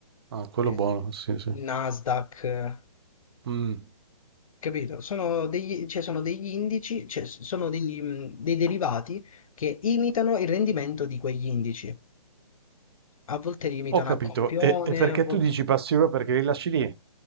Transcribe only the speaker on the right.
ah, quello
buono, sì, sì.
Mh,
ho capito.
E e perché
tu dici passi ora perché li lasci lì?